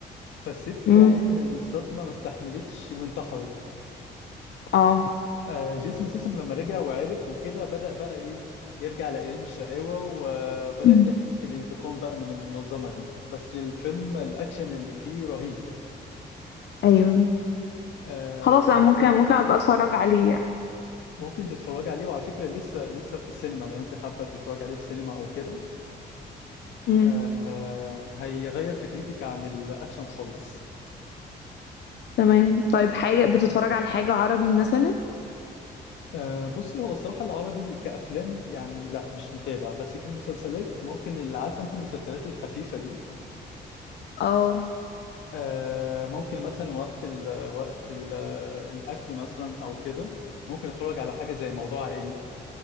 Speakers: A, on the left; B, on the left.
A: فالست يعني
B: امم
A: من الصدمة ما استحملتش وانتحرت
B: اه
A: آه، جيسون سيسم لما رجع وعرف وكده بدأ بقى إيه يرجع لأيام الشقاوة وبدأ
B: مم.
A: رحلة الانتقام بقى من المنظمة دي بس الفيلم الأكشن اللي فيه رهيب
B: ايوه
A: آه،
B: خلاص انا ممكن ممكن ابقى اتفرج عليه يعني
A: ممكن تتفرج عليه وعلى فكرة لسه لسه في السينما لو أنت حابة تتفرج عليه في السينما أو كده
B: امم
A: آه، هيغير فكرتك عن الأكشن خالص
B: تمام طيب حاجة بتتفرج على حاجة عربي مثلا
A: أه بصي هو الصراحة العربي كأفلام يعني لا مش متابع بس كمسلسلات ممكن اللي عارفة انت المسلسلات الخفيفة دي
B: اه
A: أه ممكن مثلا وقت ال وقت ال الأكل مثلا أو كده ممكن أتفرج على حاجة زي موضوع عائلي